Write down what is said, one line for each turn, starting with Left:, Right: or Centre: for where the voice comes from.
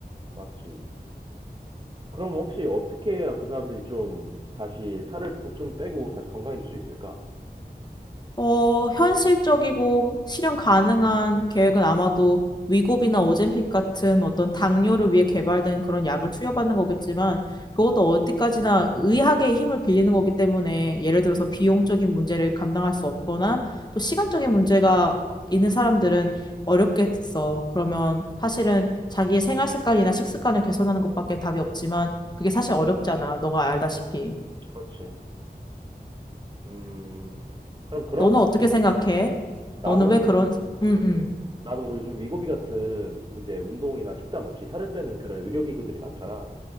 Right: 맞지. 그럼 혹시 어떻게 해야 그 사람들이 좀 다시 살을 또 좀 빼고 다시 건강해질 수 있을까?
Left: 어, 현실적이고 실현 가능한 계획은 아마도 위고비나 오젬픽 같은 어떤 당뇨를 위해 개발된 그런 약을 투여받는 거겠지만 그것도 어디까지나 의학의 힘을 빌리는 거기 때문에 예를 들어서 비용적인 문제를 감당할 수 없거나 또 시간적인 문제가 있는 사람들은 어렵겠어. 그러면 사실은 자기의 생활 습관이나 식습관을 개선하는 것밖에 답이 없지만 그게 사실 어렵잖아. 너가 알다시피.
Right: 그렇지. 음, 그럼 그런
Left: 너는
Right: 사람들이
Left: 어떻게 생각해?
Right: 나는
Left: 너는 왜 그런, 응응
Right: 나도 요즘 위고비 같은 이제 운동이나 식단 없이 살을 빼는 그런 의료기구들이 많잖아.